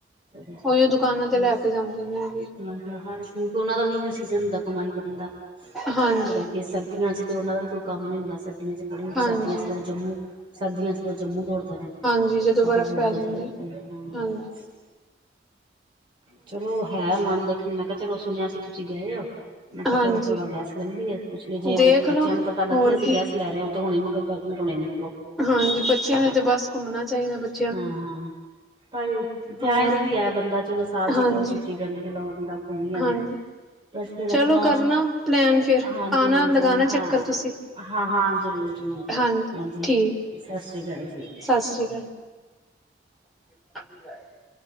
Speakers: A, on the right (about 25°); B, in the centre.
A: <unintelligible>
B: ਉਹੀਓ ਦੁਕਾਨਾਂ 'ਤੇ
A: ਬਸ
B: ਲੈ ਕੇ ਜਾਂਦੇ ਨੇ ਹੈਗੇ।
A: ਮੈਂ ਹਰ ਇੱਕ ਨੂੰ ਕਿਉਂਕਿ, ਉਹਨਾਂ ਦਾ ਵੀ ਇਹੋ ਸੀਜ਼ਨ ਹੁੰਦਾ ਕਮਾਈ ਕਰਨ ਦਾ,
B: ਹਾਂਜੀ
A: ਫੇਰ ਅੱਗੇ ਸਰਦੀਆਂ 'ਚ ਤੇ ਉਹਨਾਂ ਦਾ ਵੀ ਕੁਝ ਕੰਮ ਨੀ ਹੁੰਦਾ ਸਰਦੀਆਂ 'ਚ ਬੜੀ,
B: ਹਾਂਜੀ
A: ਸਰਦੀਆਂ 'ਚ ਤਾਂ ਉਹ ਜੰਮੂ, ਸਰਦੀਆਂ 'ਚ ਤਾਂ ਉਹ ਜੰਮੂ ਦੌੜਦੇ ਨੇ।
B: ਤੇ ਜਦੋਂ
A: ਉਹ
B: ਬਰਫ਼
A: ਵੀ ਬਹੁਤ
B: ਪੈ
A: ਜ਼ਿਆਦਾ
B: ਜਾਂਦੀ,
A: ਬਰਫ਼
B: ਹੂੰ।
A: ਚਲੋ ਹੈ ਮਨ ਦੇਖਨ, ਮੈਂ ਕਿਹਾ ਚਲੋ ਸੁਣਿਆ ਸੀ, ਤੁਸੀਂ ਗਏ ਹੋ? ਮੈਂ ਕਿਹਾ
B: ਹਾਂਜੀ
A: ਥੋੜਾ-ਥੋੜਾ ਗੈਸ ਲੈ ਲਈਏ, ਪੁੱਛ ਲਈਏ, ਜੇ
B: ਦੇਖ
A: ਬੱਚਿਆਂ
B: ਲੋ
A: ਨੂੰ ਪਤਾ ਲੱਗੇ
B: ਹੋਰ
A: ਅਸੀਂ
B: ਕੀ
A: ਗੈਸ ਲੈ ਰਹੇ ਤੇ ਉਹ ਤਾਂ ਹੁਨੇ ਮਗਰ ਪੈ ਜਾਣਗੇ ਹੁਣੇ ਨਿਕਲੋ
B: ਹਾਂਜੀ, ਬੱਚਿਆਂ ਨੇ 'ਤੇ ਬਸ ਘੁੰਮਣਾ ਚਾਹੀਦਾ, ਬਚ
A: ਹਾਂ-ਹਾਂ। <unintelligible> ਜਾਇਜ਼
B: ਹੋਰ
A: ਵੀ ਏ, ਬੰਦਾ ਚਲੋ ਸਾਲ ਚ
B: ਹਾਂਜੀ
A: ਇੱਕ ਵਾਰ ਛੁੱਟੀ ਲੈ ਲੀ ਚਲੋ ਬੰਦਾ ਘੁੰਮ ਹੀ ਆਵੇ।
B: ਹਾਂਜੀ
A: ਬਟ ਫਿਰ ਆਪਣਾ
B: ਚਲੋ ਕਰਨਾ ਪਲੈਨ ਫੇਰ,
A: ਹਾਂਜੀ
B: ਆਨਾਂ
A: ਹਾਂਜੀ
B: ਲਗਾਨਾਂ
A: ਹਾਂ
B: ਚੱਕਰ ਤੁਸੀਂ।
A: ਹਾਂ ਹਾਂ ਜ਼ਰੂਰ ਜ਼ਰੂਰ
B: ਹਾਂ,
A: ਹਾਂਜੀ
B: ਠੀਕ
A: ਸਤਿ ਸ਼੍ਰੀ ਅਕਾਲ ਜੀ
B: ਸਤਿ ਸ੍ਰੀ ਅਕਾਲ। <inaudible>